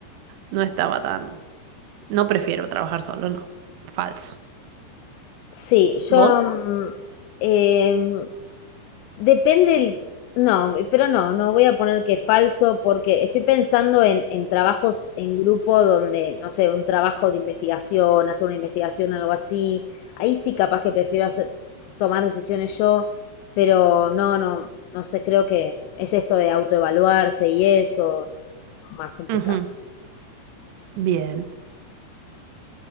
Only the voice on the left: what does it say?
Sí, yo...
mm, em, Depende el... No, pero no, no voy a poner que falso porque estoy pensando en, en trabajos en grupo donde, no sé, un trabajo de investigación, hacer una investigación, algo así. Ahí sí capaz que prefiero hacer- tomar decisiones yo, pero no, no, no sé, creo que es esto de autoevaluarse y eso, más complicado.